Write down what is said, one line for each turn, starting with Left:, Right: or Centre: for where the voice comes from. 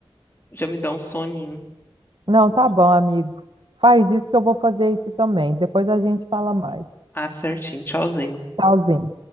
Left: já me dar um soninho.
Right: Não, tá bom, amigo. Faz isso que eu vou fazer isso também. Depois a gente fala mais.
Left: Ah, certinho. Tchauzinho.
Right: Tchauzinho.